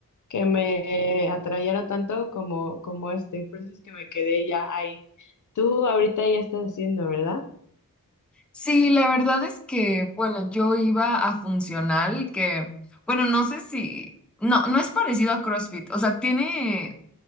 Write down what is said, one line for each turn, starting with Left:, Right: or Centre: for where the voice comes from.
Left: que me atrayera tanto como, como este. Por eso es que me quedé ya ahí. Tú ahorita ya estás haciendo, ¿verdad?
Centre: Sí, la verdad es que, bueno, yo iba a funcional, que, bueno, no sé si, no, no es parecido a CrossFit, o sea, tiene